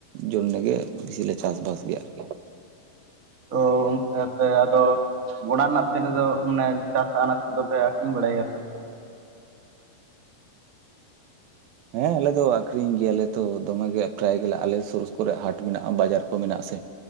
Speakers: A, on the right (about 75°); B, on the right (about 45°).
A: ᱡᱚᱱᱱᱮ ᱜᱮ ᱵᱮᱥᱤ ᱞᱮ ᱪᱟᱥ ᱵᱟᱥ ᱜᱮᱭᱟ ᱟᱨᱠᱤ
B: ᱛᱚ ᱚᱱᱠᱟᱱ ᱦᱮᱸ ᱟᱫᱚ ᱚᱱᱟ ᱨᱮᱱᱟᱜ ᱛᱮᱫ ᱫᱚ ᱢᱟᱱᱮ ᱪᱟᱥ ᱟᱱᱟᱡ ᱠᱚᱫᱚᱯᱮ ᱟᱠᱠᱷᱨᱤᱧ ᱵᱟᱲᱟᱭ ᱜᱮᱭᱟᱯᱮ
A: ᱦᱮᱸ ᱟᱞᱮ ᱫᱚ ᱟᱠᱷᱨᱤᱧ ᱜᱮᱭᱟᱞᱮ ᱛᱚ ᱫᱚᱢᱮ ᱜᱮ ᱯᱨᱟᱭ ᱜᱮᱞᱮ ᱟᱞᱮ ᱥᱩᱨ ᱠᱚᱨᱮ ᱦᱟᱴ ᱢᱮᱱᱟᱜᱼᱟ ᱵᱟᱡᱟᱨ ᱠᱚ ᱢᱮᱱᱟᱜᱼᱟ ᱥᱮ